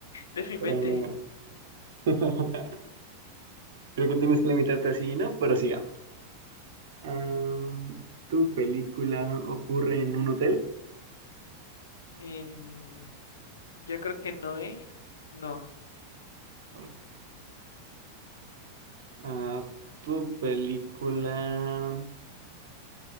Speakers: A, on the left; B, on the right.
A: Lees mi mente.
B: eh, <laughs> creo que tienes que limitarte así, y no, pero sigamos. Am, ¿tu película ocurre en un hotel?
A: En- Yo creo que no, ¿eh? No.
B: Ok. Ah, ¿tu película